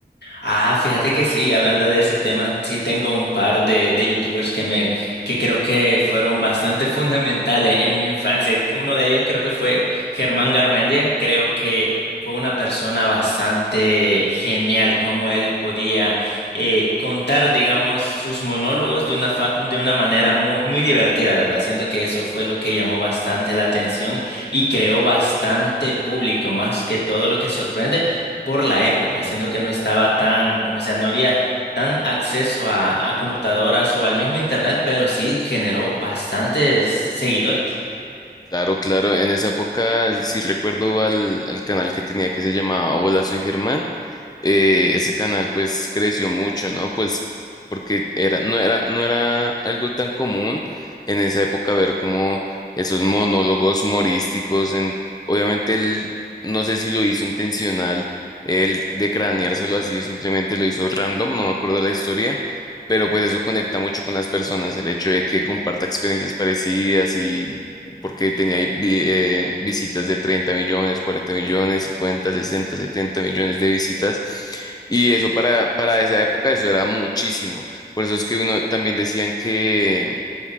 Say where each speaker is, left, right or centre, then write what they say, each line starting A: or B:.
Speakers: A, on the left; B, on the left.
A: Ah, fíjate que sí, y hablando de ese tema, sí tengo un par de, de youtubers que me, que creo que fueron bastante <laughs> fundamentales en mi infancia. Uno de ellos creo que fue Germán Garmendia. Creo que fue una persona bastante genial, como él podía eh, contar, digamos, sus monólogos de una, fa- de una manera muy, muy divertida, ¿verdad? Siento que eso fue lo que llamó bastante la atención y creó bastante público, más que todo lo que sorprende por la época, siendo que no estaba tan, como sea, no había tan acceso a, a computadoras o al mismo internet, pero sí generó bastantes seguidores.
B: Claro, claro, en esa época sí recuerdo al, al canal que tenía que se llamaba Hola Soy Germán. eh, ese canal pues creció mucho, ¿no? Pues porque era, no era, no era algo tan común en esa época ver como esos monólogos humorísticos en, obviamente él, no sé si lo hizo intencional, él de craneárselo así o simplemente lo hizo random, no me acuerdo la historia, pero pues eso conecta mucho con las personas, el hecho de que comparta experiencias parecidas y porque tenía ahí vi- eh, visitas de 30 millones, 40 millones, 50, 60, 70 millones de visitas. Y eso para, para esa época, eso era muchísimo. Por eso es que uno también decían que